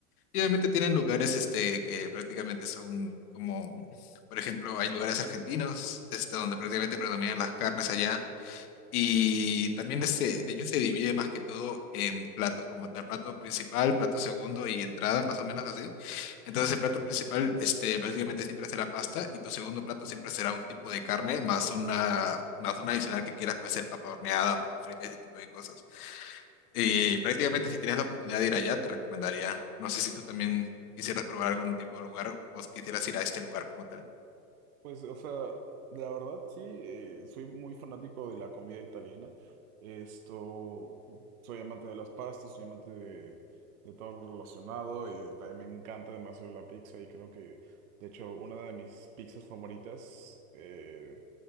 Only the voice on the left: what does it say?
Y obviamente tienen lugares este, que prácticamente son como, por ejemplo, hay lugares argentinos este, donde prácticamente predominan las carnes allá y también este, de hecho se divide más que todo en platos, como tal, plato principal, plato segundo y entrada, más o menos así. Entonces el plato principal, este, básicamente siempre será pasta y tu segundo plato siempre será un tipo de carne más una, más una adicional que quieras, puede ser papa horneada, papa frita, ese tipo de cosas. Y prácticamente si tienes la oportunidad de ir allá, te recomendaría. No sé si tú también quisieras probar algún tipo de lugar o quisieras ir a este lugar como tal.